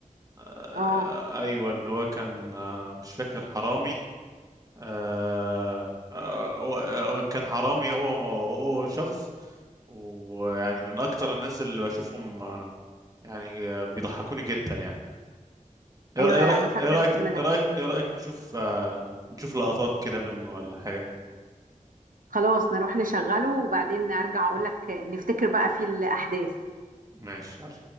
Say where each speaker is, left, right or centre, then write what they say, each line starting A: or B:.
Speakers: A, on the right; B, on the right.
A: آه،
B: اه
A: ايوه اللي هو كان آه، مش فاكر حرامي آه، آه، هو- آه، كان حرامي هو هو هو شخص ويعني من اكتر الناس اللي بشوفهم آه، يعني آه، بيضحكوني جدا يعني ايه
B: ايوه
A: رأ- إيه رأ-
B: انا فاكرة
A: إيه رايك
B: الفيلم ده
A: ايه رايك ايه رايك نشوف آه، نشوف لقطات كده منه ولا حاجه
B: خلاص نروح نشغله وبعدين ارجع اقولك آه، نفتكر بقى فيه الاحداث
A: ماشي يلا